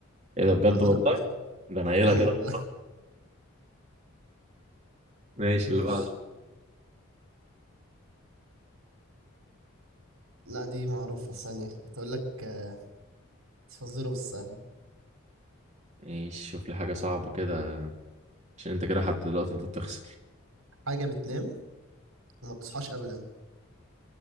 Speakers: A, on the right; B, on the right.
A: ايه ده بجد
B: معلوماتك
A: والله
B: كويسة
A: ده انا قايلها
B: اه والله
A: كده خلاص. ماشي
B: <laughs> ماشي
A: اللي بعده
B: لا دي معروفة ثانية كنت اقول لك آه، فزورة بس سهلة
A: ماشي شوف لي حاجة صعبة كده عشان انت كده حتى دلوقتي انت بتخسر
B: حاجة بتنام وما بتصحاش ابدا